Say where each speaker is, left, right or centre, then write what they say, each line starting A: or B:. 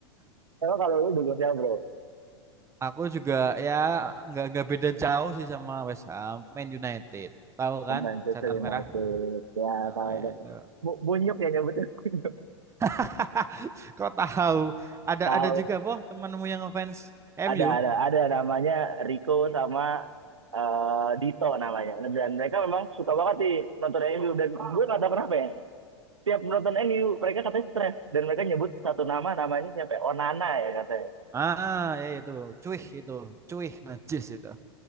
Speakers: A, on the right; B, on the right.
A: Emang kalau lu dukung siapa bro?
B: Aku juga ya nggak nggak beda jauh sih sama West Ham, Man United. Tahu
A: Oh,
B: kan,
A: Manchester
B: setan
A: United.
B: merah.
A: Ya,
B: Nah,
A: tahu
B: ya
A: tahu.
B: itu.
A: Bu, Bunyok ya nyebutnya <laughs> Bunyok.
B: <laughs> Kok tahu? Ada
A: Tahu.
B: ada juga boh temanmu yang ngefans MU.
A: Ada ada ada namanya Rico sama eh, Dito namanya. Dan mereka memang suka banget sih nonton MU dan gue nggak tahu kenapa ya. Tiap nonton MU mereka katanya stres dan mereka nyebut satu nama namanya siapa ya? Onana ya katanya.
B: Ah, ya ya, itu. Cuih itu. Cuih najis itu.